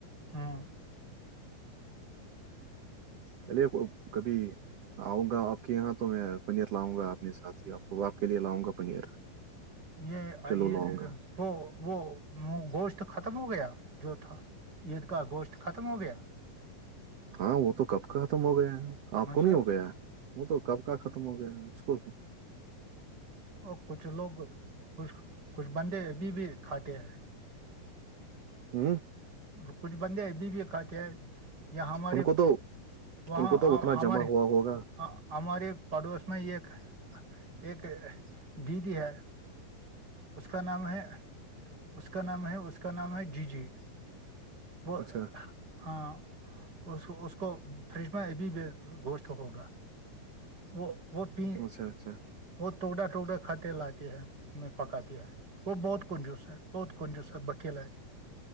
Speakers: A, on the right; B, on the right.
A: ہاں
B: چلیے کبھی آؤں گا آپ کے یہاں تو میں پنیر لاؤں گا اپنے ساتھ ہی آپ کو آپ کے لیے لاؤں گا پنیر <unintelligible>
A: یہ
B: کلو
A: یہ
B: لاؤں گا
A: وہ وہ گوشت ختم ہو گیا جو تھا عید کا گوشت ختم ہو گیا
B: ہاں وہ تو کب ختم ہو گیا ہے آپ
A: اچھا
B: کو نہیں ہو گیا ہے وہ تو کب کا ختم ہو گیا ہے اس کو بھی
A: اور کچھ لوگ کچھ کچھ بندے ابھی بھی کھاتے ہیں
B: ہوں
A: وہ کچھ بندے ابھی بھی کھےئے یا ہمارے
B: ان کو تو
A: وہ
B: ان کو تو اتنا
A: ہمارے
B: جمع ہوا ہوگا
A: ہ ہمارے پڑوس میں ایک ایک دیدی ہے اس کا نام ہے اس کا نام ہے اس کا نام ہے جی جی وہ
B: اچھا
A: ہاں اس اس کو فریج میں ابھی گوشت ہوگا وہ وہ پی
B: اچھا اچھا
A: وہ ٹکڑا ٹکڑا کھاتے لاتی ہے پکاتی ہے وہ بہت کنجوس ہے بہت کنجوس ہے بکیلا ہے